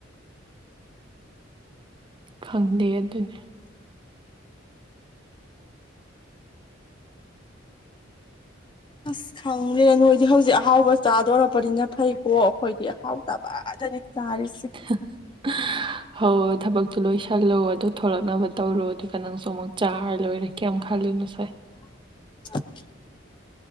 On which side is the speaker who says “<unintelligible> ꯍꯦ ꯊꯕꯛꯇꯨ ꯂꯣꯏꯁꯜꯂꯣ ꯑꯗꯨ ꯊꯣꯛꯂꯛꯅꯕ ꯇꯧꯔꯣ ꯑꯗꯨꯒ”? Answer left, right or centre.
Right